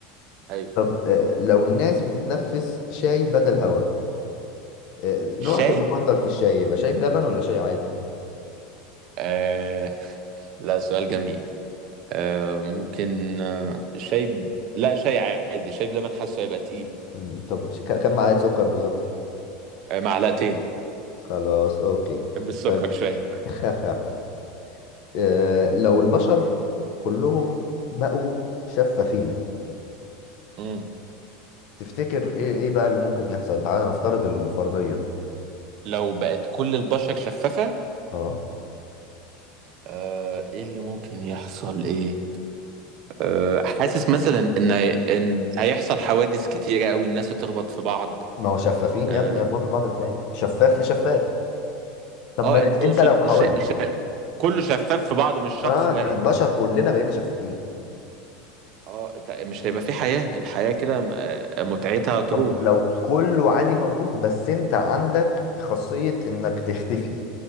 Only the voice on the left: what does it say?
طب آه، لو الناس بتتنفس شاي بدل هوا آه، نوعك
المفضل في الشاي يبقى شاي بلبن ولا شاي عادي
مم. طب ش- ك- كم معلقة سكر بالظبط
خلاص اوكي
طيب
<laughs> آه، لو البشر كلهم بقوا شفافين
تفتكر ايه ايه بقى اللي ممكن يحصل تعالى نفترض الفرضية دي
اه
ما هو شفافين
يا ابني يخبطوا في بعض ازاي شفاف في شفاف طب
بلاش
انت لو هقول
لك
اه البشر
كلنا بقينا شفافين
طب لو كله عادي موجود بس انت عندك خاصية انك تختفي